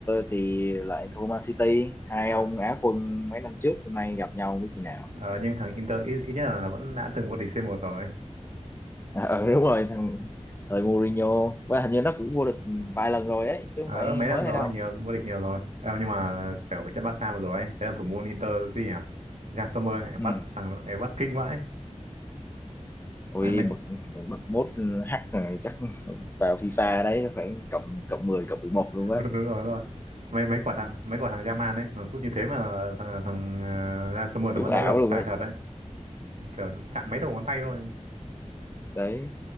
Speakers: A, on the left; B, on the right.
A: thì lại thua Man City hai
B: đúng rồi
A: ông Á quân mấy năm trước hôm nay gặp nhau biết như nào
B: ờ, nhưng thằng Inter ít, ít nhất là nó vẫn đã từng vô địch c một rồi
A: Ờ ờ, đúng rồi thằng thời Mourinho và hình như nó cũng vô địch vài lần rồi ấy chứ không
B: ờ
A: phải
B: mấy
A: mới
B: năm rồi
A: đây đâu
B: nhiều vô địch nhiều rồi Ờ, nhưng mà kiểu cái trận Barca vừa rồi ấy cái thằng thủ môn Inter cái gì nhỉ Nhà Sommer ấy, bắt
A: ừ.
B: thằng đội này bắt kinh vãi
A: Ôi
B: mấy mấy
A: bậc bậc mốt hack rồi, chắc vào FIFA đấy phải cộng cộng mười cộng 11
B: <laughs>
A: luôn á
B: đúng, đúng rồi đúng rồi mấy mấy quả thằng mấy quả thằng Yaman ấy nó sút như thế mà thằng thằng uh, Sommer
A: đúng
B: nó vẫn
A: ảo
B: đỡ được
A: luôn
B: tài
A: ấy
B: thật đấy kiểu chạm mấy đầu ngón tay thôi
A: đấy